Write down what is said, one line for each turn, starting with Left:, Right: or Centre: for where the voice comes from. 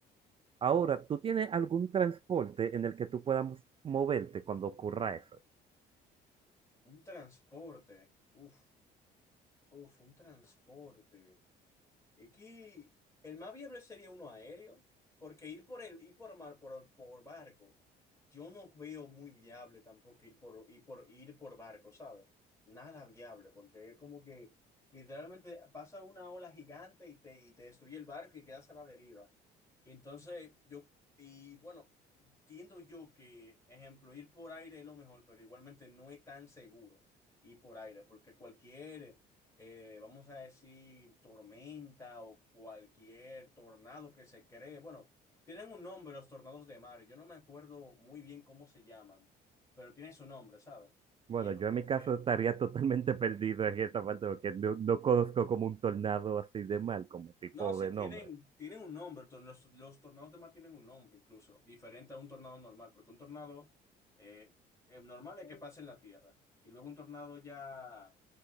Right: Ahora, ¿tú tienes algún transporte en el que tú puedas moverte cuando ocurra eso?
Left: Un transporte, uff, uff, un transporte. es que el más viable sería uno aéreo, porque ir por el, ir por mar, por, por barco, yo no veo muy viable tampoco ir por, ir por, ir por barco, ¿sabes? Nada viable, porque es como que literalmente pasa una ola gigante y te, y te destruye el barco y quedas a la deriva. Entonces, yo, y bueno, entiendo yo que, ejemplo, ir por aire es lo mejor, pero igualmente no es tan seguro ir por aire, porque cualquier eh, vamos a decir, tormenta o cualquier tornado que se cree. Bueno, tienen un nombre los tornados de mar. Yo no me acuerdo muy bien cómo se llaman, pero tiene su nombre, ¿sabes?
Right: Bueno,
Left: Y es
Right: yo
Left: como
Right: en mi caso
Left: que...
Right: estaría totalmente <laughs> perdido en esta parte porque no, no conozco como un tornado así de mal, como tipo
Left: No, sí,
Right: de nombre.
Left: tienen, tienen un nombre. to- Los, los tornados de mar tienen un nombre incluso, diferente a un tornado normal, porque un tornado eh, eh, normal es que pasa en la tierra. Y luego un tornado ya...